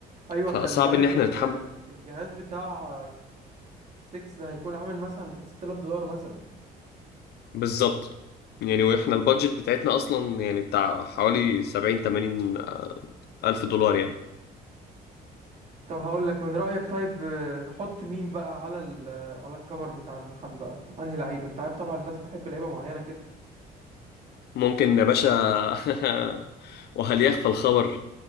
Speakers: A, on the right; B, on the left.
A: ايوه
B: فصعب
A: خلي بالك
B: ان احنا
A: ال-
B: نتحمل
A: الجهاز بتاع 6 ده هيكون عامل مثلا بتاع 6000 دولار مثلا
B: بالظبط يعني واحنا البادجت بتاعتنا اصلا يعني بتاع حوالي 70 80 الف دولار يعني
A: طب هقول لك من رأيك طيب آه، نحط مين بقى على ال على الكفر بتاع المحل بقى انهي لعيب انت عارف طبعا الناس بتحب لعيبه معينه كده
B: ممكن يا باشا <laughs> وهل يخفى الخبر